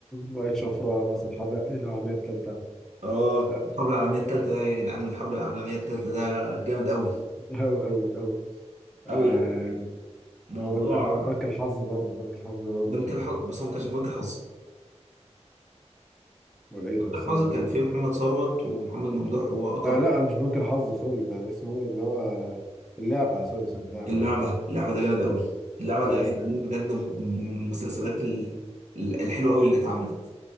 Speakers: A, in the centre; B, on the right.
A: وائل شفرة مثلا حبق العامية التالتة
B: اه
A: لا،
B: الحرب العالميه الثالثه ده يا جدعان الحرب العالميه الثالثه ده جامد قوي
A: أوي أوي أوي آه،
B: قوي يعني موضوع
A: هقول لك آه، بنك الحظ برضه بنك الحظ برضه
B: بنك
A: كان
B: الحظ بس هو ما كانش في بنك الحظ
A: ولا إيه ده
B: بنك
A: استنى
B: الحظ
A: بس
B: كان فيه محمد ثروت ومحمد ممدوح واكرم
A: آه لا
B: حسني
A: مش بنك الحظ سوري ده اسمه ايه اللي هو اللعبة سوري سوري اللعبة
B: اللعبه
A: لعبة
B: اللعبه ده جامد قوي اللعبه
A: اه
B: ده
A: يا
B: يا
A: اسطى
B: جدعان بجد م- من المسلسلات ال- الحلوه قوي اللي اتعملت